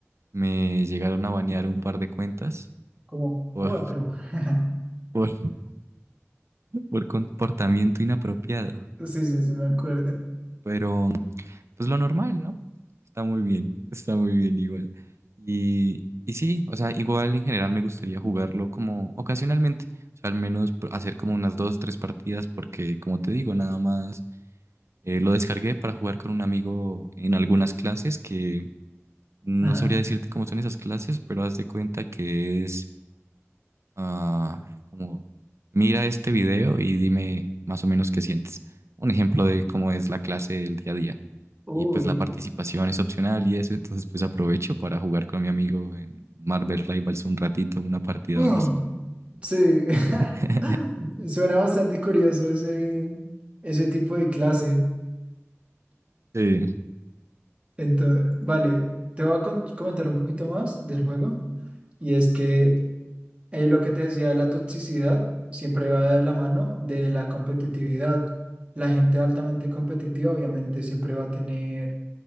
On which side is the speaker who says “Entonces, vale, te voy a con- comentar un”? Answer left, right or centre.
Right